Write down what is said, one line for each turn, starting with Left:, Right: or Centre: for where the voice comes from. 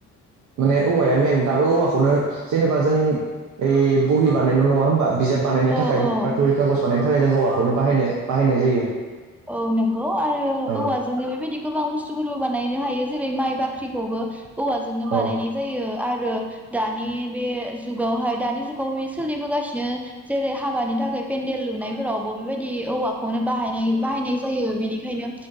Right: माने औवाया मेन दाबो औवाखौनो जेनेबा जों ओइ बहि बानायल' नङा होमबा बिजाब बानायनो थाखाय
Centre: औ औ
Right: बा थुरि खागज बानायनो थाखाय जों हौवाखौनो बाहायनो बाहायनाय जायो
Centre: औ नंगौ आरो
Right: औ
Centre: औवाजोंनो बेबायदि गोबां बुस्थुफोरबो बानाय नो हायो जेरै माइ बाख्रिखौबो औवाजोंनो बानायनाय
Right: औ
Centre: जायो आरो दानि बे जुगावहाय दानि जुगावयो सोलिबोगासिनो जेरै हाबानि थाखाय पेन्देल लुनायफोरावबो बेबायदि औवाखौनो बाहायनाय बाहायनाय जायो बेनिखायनो